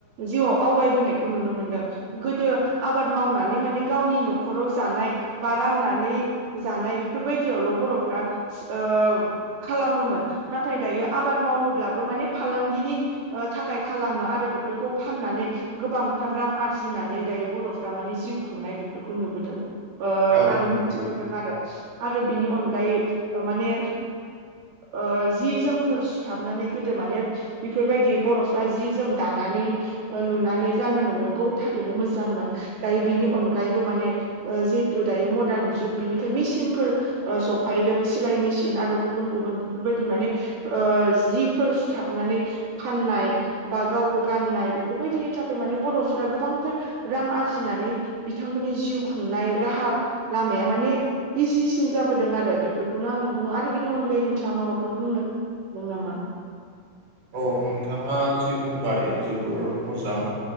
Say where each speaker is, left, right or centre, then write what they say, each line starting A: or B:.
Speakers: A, on the right; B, on the right.
A: जिउआव आवगायबोनायखौ नुनो मोनदों गोदो आबाद मावनानै माने गावनि नखराव जानाय बा राननानै जानाय बेफोरबायदियावल बरफ्रा ओ खालामोमोन नाथाय दायो आबाद मावोब्लाबो माने फालांगिनि ओ थाखाय खालामो आरो बेफोरखौ फाननानै गोबांथार रां आरजिनानै दायो बरफ्रा माने जिउ खुंनाय बेफोरखौ नुबोदों। ओ
B: औ औ
A: आरो मिथिबोदों
B: नंगौ
A: आरो आरो बिनि अनगायै माने ओ जि जोमफोर सुथाबनानै गोदो माने बेफोरबायदि बरफ्रा जि जोम दानानै ओ लुनानै गानोमोन मोननांगौ थारैनो मोजांमोन दायो बिनि अनगायैबो माने ओ जिहेथु दायो मदार्न जुग बिनिखाय मेसिनफोर ओ सफायदों सिलाय मेसिन आरो गुबुन-गुबुन बेफोरबायदि माने ओ जिफोर सुथाबनानै फाननाय बा गावबो गाननाय बेफोरबायदिनि थाखाय माने बरफोरा गोबांथार रां आरजिनानै बिथांमोननि जिउ खुंनाय राहा लामाया माने इजिसिन जाबोदों आरो बेफोरखौनो आङो बुङो आरो बेनि अनगायै नोंथाङा माबाफोर बुंनो दं नामा
B: औ नोंथाङा जि बुंबाय जोबोर मोजां